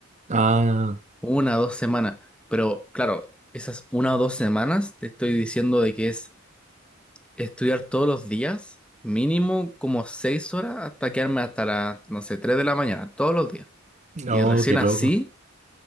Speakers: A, on the right (about 35°); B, in the centre.
A: Ah,
B: Una o dos semanas. Pero claro, esas una o dos semanas te estoy diciendo de que es estudiar todos los días, mínimo como seis horas hasta quedarme hasta las, no sé, tres de la mañana, todos los días. Y
A: oh,
B: recién
A: qué
B: así
A: loco.